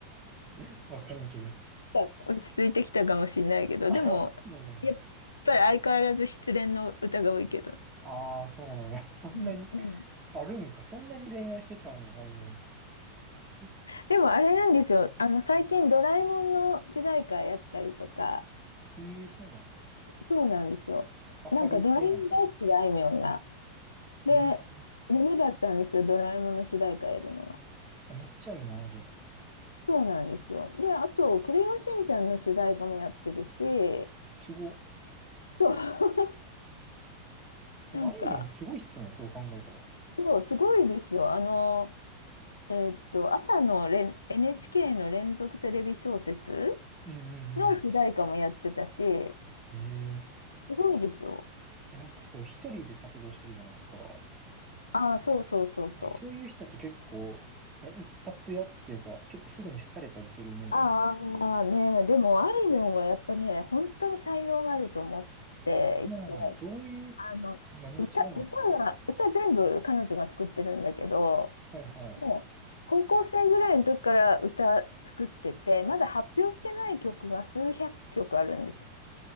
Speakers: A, on the right (about 20°); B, on the left (about 75°).
A: <laughs> わからんけど。
B: いや落ち着いてきたかもしれないけど、
A: ああ、
B: でも、
A: そうなんや。
B: やっぱり相変わらず失恋の歌が多いけど。う
A: ああ、そうなんや。<laughs> そんなに、
B: んうん
A: あるんか。そんなに恋愛してたんや、あいみょん。え
B: でもあれなんですよ。あの、最近ドラえもんの主題歌やったりとか、
A: へえ、そうなんや。
B: そうなんですよ。
A: 明るい系なんかな。
B: なんかドラえもん大好きで、あいみょんが。で、
A: へえ
B: 夢だったんですよ、ドラえもんの主題歌やるのが。
A: あめっちゃいいな、じゃあ。
B: そうなんですよ。で、あと、クレヨンしんちゃんの主題歌もやってるし、
A: すご。
B: そう、<laughs>
A: でも、
B: なんか、
A: あいみょんすごいっすね、そう考えたら。
B: そう、すごいですよ。あの、えーっと、朝のれ NHK の連続テレビ小説
A: うんうんう
B: の主題歌もやってたし、
A: ん。ええ。
B: すごいですよ。
A: え、なんかそう、一人で活動してるじゃないですか。な
B: ああ、そうそうそうそう。
A: んかそういう人って結構、なんか一発屋っていうか、結構すぐに廃れたりするイメージあるんですけど。
B: ああ、ね、でも、あいみょんはやっぱね、本当に才能があると思っていて、
A: あ、そうなんや。どういう、
B: あの、
A: 何が違うの
B: 歌、歌は、歌全部彼女が作ってるんだけど、
A: はいはい。
B: もう、高校生ぐらいの時から歌作ってて、まだ発表してない曲が数百曲あるんですよ。